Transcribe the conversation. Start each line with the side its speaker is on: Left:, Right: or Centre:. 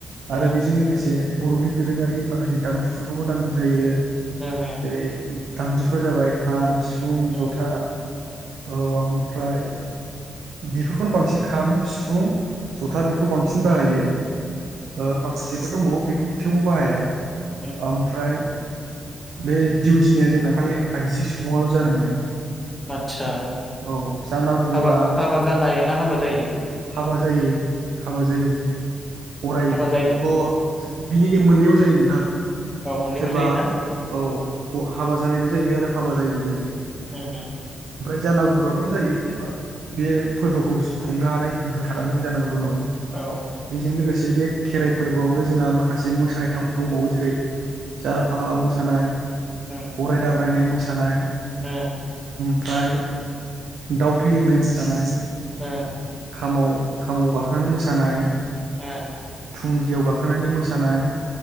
Right: आरो
Centre: उम
Right: बेजों लोगोसे जे बर'नि दोरोङारि माखासे दामजुफोरखौबो नांगौ जायो
Centre: उम उम
Right: जेरै दामजुफ्रा जाबाय खाम सिफुं
Centre: उम
Right: जथा
Centre: ओ
Right: औ ओमफ्राय बेफोरखौनो बांसिन खाम सिफुं जथा बेखौ बांसिन बाहायो ओ माखासेफोर दंबावो बेखौ थेवबो बाहाया
Centre: उम
Right: ओमफ्राय बे दिउदिनिया जोंना खालि आइजो सुबुंआल' जानो मोनो।
Centre: आदसा
Right: औ जानागुरुआ
Centre: हाबा हाबा जानाय ना हाबा जायि
Right: हाबा जायो हाबा जायो। अराय
Centre: हाबा जायि
Right: अ बिनि मोननैबो जायो नोंथां।
Centre: औ मोननैबो
Right: सोरबा
Centre: जायोना
Right: औ हाबा जानायबो जायो आरो हाबा जायैबो जायो।
Centre: उम उम।
Right: जानागुरुआथ' जायो जेन'बा बे फोरबोखौ खुंनो हानाय गोहो थानांगोन जानागुरुनाव।
Centre: औ
Right: बेजों लोगोसे बे खेराइ फोरबोआवनो जोंना माखासे मोसानाय दंबावो जेरै जारा फाग्ला मोसानाय
Centre: उम
Right: गराय दाब्रायनाय मोसानाय
Centre: उम
Right: ओमफ्राय दाउ थै लोंनाय मोसानाय
Centre: ओ
Right: खामाव खामाव गाखोनानै मोसानाय
Centre: उम
Right: थुंग्रियाव गाखोनानै मोसानाय।